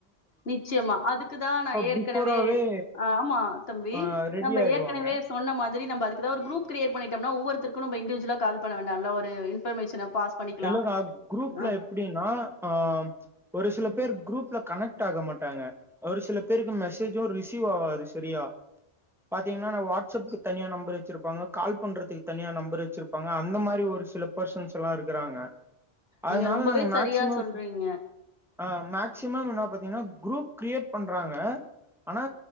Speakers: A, on the left (about 65°); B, in the centre.
A: நிச்சயமா அதுக்குதா நான் ஏற்கனவே
B: பிஃபோராவே
A: அ ஆமா தம்பி
B: ஆ ரெடி
A: நம்ப
B: ஆயிடுவாங்க
A: ஏற்கனவே சொன்ன மாத்ரி நம்ப அதுக் கிற ஒரு க்ரூப் க்ரியேட் பண்ணிட்டம்னா ஒவ்வொருத்தருக்கூ நம்ப இண்டீவ்ஜுவலா கால் பண்ண வேண்டால்ல ஒரு இன்ஃபர்மேஷன பாஸ் பண்ணிக்கலாம்.
B: இல்லங்க அ குரூப்ல
A: அ
B: எப்டின்னா ஆ ஒரு சிலப் பேர் குரூப்ல கனெக்ட் ஆக மாட்டாங்க ஒரு சில பேருக்கு மெசேஜு ரிசீவ் ஆவாது செரியா பாத்தீங்னானா வாட்சப்க்கு தனியா நம்பர் வச்சிருப்பாங்க கால் பண்றதுக்கு தனியா நம்பர் வச்சிருப்பங்க அந்த மாரி ஒரு சில பெர்சன்ஸ்லா இருக் க்குறாங்க அதனால
A: நீங்க ரொம்பவே
B: நாங்க மேக்சிமம்
A: சரியா சொல்றீங்க.
B: ஆஹ் மேக்சிமம் என்னா பாத்தீனா குரூப் க்ரியேட் பண்றாங்க ஆனா